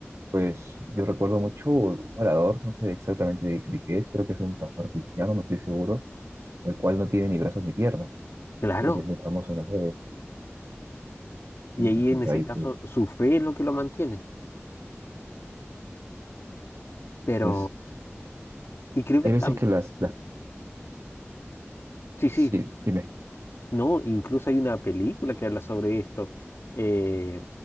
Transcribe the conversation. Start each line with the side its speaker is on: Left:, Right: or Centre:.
Right: pues yo recuerdo mucho un orador, no sé exactamente de, de qué es, creo que es un pastor cristiano, no estoy seguro, el cual no tiene ni brazos ni piernas,
Left: claro.
Right: creo que es muy famoso en las redes,
Left: Y
Right: ¿no?
Left: ahí
Right: Entonces
Left: en ese
Right: ahí
Left: caso
Right: pues,
Left: su fe es lo que lo mantiene. Pero,
Right: entonces,
Left: y creo que
Right: hay
Left: está,
Right: veces que las, las,
Left: sí,
Right: sí,
Left: sí,
Right: dime,
Left: No, incluso hay una película que habla sobre esto, eh,